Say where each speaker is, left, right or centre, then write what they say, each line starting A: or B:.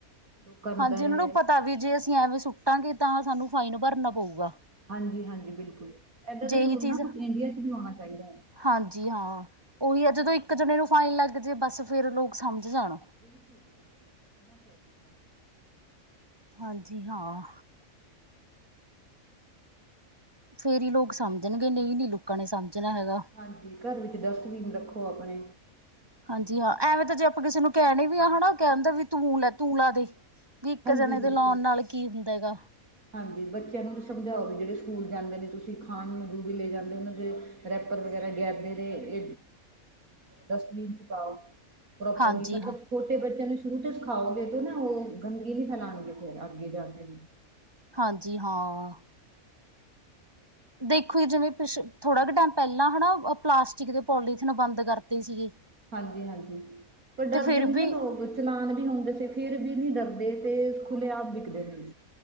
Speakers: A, on the right; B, on the right.
A: ਲੋਕਾਂ
B: ਹਾਂਜੀ
A: ਡਰ
B: ਉਹਨਾਂ
A: ਹੈ
B: ਨੂੰ ਪਤਾ ਵੀ ਜੇ ਅਸੀਂ ਐਵੇਂ ਸੁੱਟਾਂਗੇ ਤਾਂ ਸਾਨੂੰ ਫਾਈਨ ਭਰਨਾ ਪਊਗਾ।
A: ਹਾਂਜੀ ਹਾਂਜੀ ਬਿਲਕੁਲ ਏਦਾਂ
B: ਜੇ
A: ਦਾ
B: ਇਹੀ
A: ਰੂਲ
B: ਚੀਜ਼
A: ਨਾ ਕੁਛ ਇੰਡੀਆ ਚ ਵੀ ਹੋਣਾ ਚਾਹੀਦਾ ਹੈ।
B: ਹਾਂਜੀ ਹਾਂ ਉਹੀ ਆ ਜਦੋਂ ਇੱਕ ਜਣੇ ਨੂੰ ਫਾਈਨ ਲੱਗ ਜਾੇ ਬਸ ਫੇਰ ਲੋਕ ਸਮਝ ਜਾਣ।
A: ਬਿਲਕੁਲ ਜੀ ਬਿਲਕੁਲ ਮ ਸਹੀ।
B: ਹਾਂਜੀ ਹਾਂ। ਫੇਰ ਹੀ ਲੋਕ ਸਮਝਣਗੇ ਨਹੀਂ ਨੀ ਲੋਕਾਂ ਨੇ ਸਮਝਣਾ ਹੈਗਾ।
A: ਹਾਂਜੀ ਘਰ ਵਿੱਚ ਡਸਟਬੀਨ ਰੱਖੋ ਆਪਣੇ।
B: ਹਾਂਜੀ
A: ਹੈਨਾ
B: ਹਾਂ ਐਵੇਂ
A: ਇਹ।
B: ਤਾਂ ਜੇ ਆਪਾਂ ਕਿਸੇ ਨੂੰ ਕਹਿਣੇ ਵੀ ਆ ਹੈ ਕਹਿਣਿੰਦਾ ਵੀ ਤੂਲ ਤੂਲਾ ਦੇ। ਵੀ ਇੱਕ
A: ਹਾਂਜੀ
B: ਜਣੇ
A: ਬਿਲਕੁਲ
B: ਦੇ ਲਾਉਣ ਨਾਲ ਕੀ ਹੁੰਦਾ ਹੈਗਾ।
A: ਹਾਂਜੀ ਬੱਚਿਆਂ ਨੂੰ ਵੀ ਸਮਝਾਓਗੇ ਜਿਹੜੇ ਸਕੂਲ ਜਾਂਦੇ ਨੇ ਤੁਸੀਂ ਖਾਣ ਜੋ ਵੀ ਲੈ ਜਾਂਦੇ ਉਹਨਾਂ ਦੇ ਰੈਪਰ ਵਗੈਰਾ ਗਅਰਨੇ ਦੇ ਇਹ
B: ਹ।
A: ਡਸਟਬੀਨ ਚ ਪਾਓ ਪ੍ਰੋਪਰਲੀ
B: ਹਾਂਜੀ
A: ਮਤਲਬ
B: ਹਾਂ
A: ਛੋਟੇ ਬੱਚਿਆਂ ਨੂੰ ਸ਼ੁਰੂ ਤੋਂ ਸਿਖਾਓਗੇ ਤੇ ਨਾ ਉਹ ਗੰਦਗੀ ਨ ਫੈਲਾਉਣਗੇ ਫਿਰ ਅੱਗੇ ਜਾ ਕੇ
B: ਹਾਂਜੀ ਹਾਂ। ਦੇਖੋ ਜਿਵੇਂ ਪਿਛ ਥੋੜਾ ਕੁ ਟਾਈਮ ਪਹਿਲਾਂ ਹੈਾ ਪਲਾਸਟਿਕ ਦੇ ਪੋਲੀਥਨ ਬੰਦ ਕਰਤੇ ਸੀਗੇ।
A: ਹਾਂਜੀ ਹਾਂਜੀ ਪਰ ਡਰਦੇ
B: ਤੇ ਫਿਰ
A: ਨੀ
B: ਵੀ
A: ਨਾ ਲੋਕ ਚਲਾਨ ਵੀ ਹੁੰਦੇ ਸੀ ਫਿਰ ਵੀ ਨਹੀਂ ਡਰਦੇ ਤੇ ਖੁੱਲ੍ਹੇ ਆਮ ਵਿਕਦੇ ਨੇ